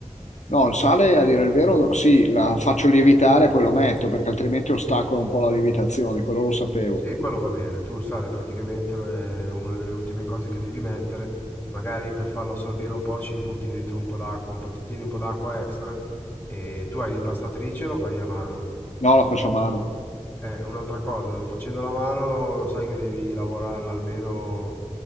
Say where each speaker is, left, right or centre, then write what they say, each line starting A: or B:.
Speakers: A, on the left (about 80°); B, on the left (about 15°).
A: No, il sale, a dire il vero, no, sì, la faccio lievitare e poi lo metto, perché altrimenti ostacola un po' la lievitazione, quello lo sapevo.
B: Sì, quello va bene. Tu il sale praticamente lo- è una delle ultime cose che devi mettere. Magari per farlo assorbire un po' ci butti dentro un po' d'acqua, un po', ti tieni un po' d'acqua extra e tu hai l'impastatrice e lo fai a mano.
A: No, la faccio a mano.
B: Eh, un'altra cosa, facendo la mano sai che devi lavorarla almeno